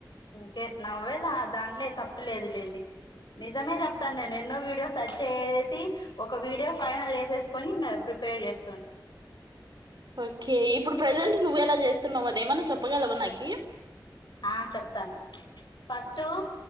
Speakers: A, on the left; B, on the right.
A: కే నవ్వే దాంట్లో ఏం తప్పులేదులేండి నిజమే చెప్తాను నేను ఎన్నో వీడియోస్ సర్చ్ చేసి ఒక వీడియో ఫైనల్ చేసేసుకొని ఇంకా ప్రిపేర్ చేస్త
B: ఓకే ఇప్పుడు ప్రెజెంట్ నువ్ ఎలా చేస్తున్నావు అదేమన్నా చెప్పగలవా నాకి
A: ఆ చెప్తాను ఫస్ట్